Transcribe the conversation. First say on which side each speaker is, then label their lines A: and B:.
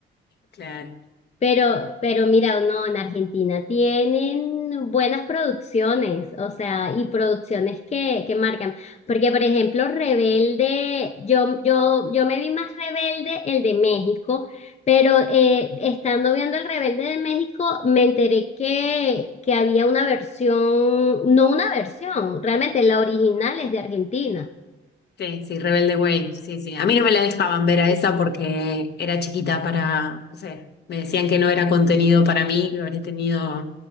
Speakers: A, on the left; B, on the left.
A: claro.
B: Pero, pero mira, no, en Argentina tienen buenas producciones, o sea, y producciones que, que marcan. Porque, por ejemplo, Rebelde, yo, yo, yo me vi más Rebelde el de México, pero eh, estando viendo el Rebelde de México, me enteré que, que había una versión, no una versión, realmente la original es de Argentina.
A: Sí, sí, Rebelde Way, sí, sí. A mí no me la dejaban ver a
B: Sí.
A: esa porque era chiquita para, no sé, me decían que no era contenido para mí, lo habré tenido,